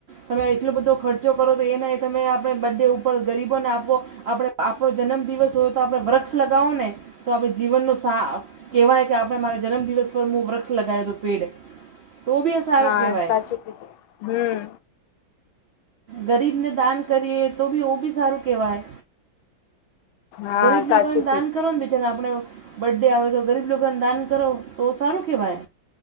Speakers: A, on the right; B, on the left.
A: તમે એટલો બધો ખર્ચો કરો તો એના તમે આપણે બંને ઉપર ગરીબોને આપો આપડ આપણો જન્મ દિવસ હોય તો આપણે વૃક્ષ લગાવો ને તો આપણે જીવનનો સા કેવાય આપણે મારા જન્મ દિવસ પર હું વૃક્ષ લગાય તો પેડ તો બી એ સારું
B: હાએક
A: કહેવાય
B: સાચું કીધું હમ
A: ગરીબને દાન કરીએ તો ભી ઓું બી સારું કહેવાય
B: હા
A: ગરીબ
B: સાચું
A: લોકોને દાન કરો ને બીજા ને આપડ બર્ડે આવે તો ગરીબ લોકોને દાન કરો તો સારું કહેવાય